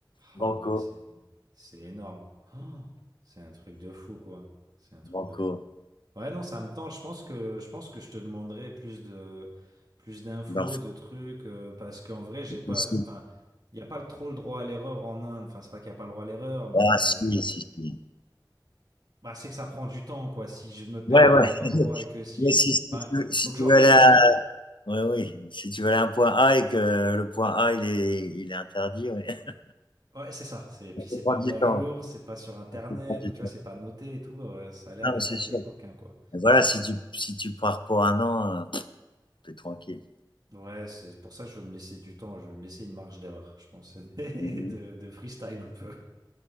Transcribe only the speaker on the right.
ah ouais, c'est c'est énorme. Ah, c'est un truc de fou, quoi. C'est un truc
de fou. Ouais, non, ça me tente. Je pense que je pense que je te demanderai plus de plus d'infos,
de trucs, euh, parce qu'en vrai, j'ai
pas,
enfin, il y a pas trop le droit à l'erreur en Inde. Enfin, c'est pas qu'il y a pas le droit à l'erreur, mais
bah, c'est que ça prend du temps, quoi. Si je me perds
à un endroit
et que si,
enfin,
faut que
j'organise,
quoi.
Ouais, c'est ça. C'est, puis
c'est
pas mis
à
jour, c'est pas sur Internet,
ou tu
vois, c'est pas noté et tout. euh, ça a l'air
d'être
assez
coquin, quoi.
Ouais, c'est pour ça que je veux me laisser du temps, je veux me laisser une marge d'erreur, je pense, <laughs> et
de, de freestyle un peu.